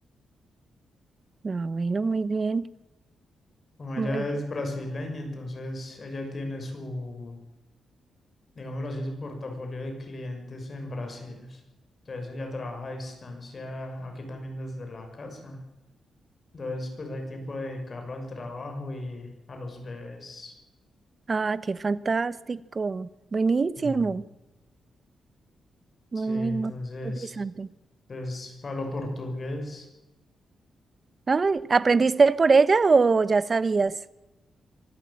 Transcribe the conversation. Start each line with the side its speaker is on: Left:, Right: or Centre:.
Right: Ah, bueno, muy bien,
Left: Como ella
Right: muy bien.
Left: es brasileña, entonces ella tiene su, digámoslo así, su portafolio de clientes en Brasil. Entonces ella trabaja a distancia aquí también desde la casa. Entonces pues hay tiempo de dedicarlo al trabajo y a los bebés.
Right: Ah, qué fantástico. Buenísimo.
Left: Mm.
Right: Muy,
Left: Sí,
Right: muy,
Left: entonces,
Right: muy interesante.
Left: entonces falo portugués.
Right: Ay, ¿aprendiste por ella o ya sabías?